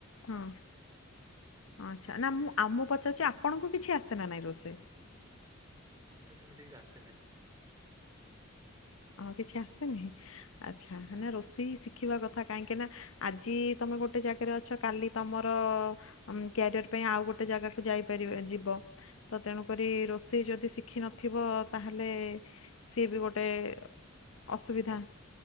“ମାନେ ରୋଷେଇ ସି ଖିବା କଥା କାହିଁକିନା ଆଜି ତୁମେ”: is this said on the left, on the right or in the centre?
Left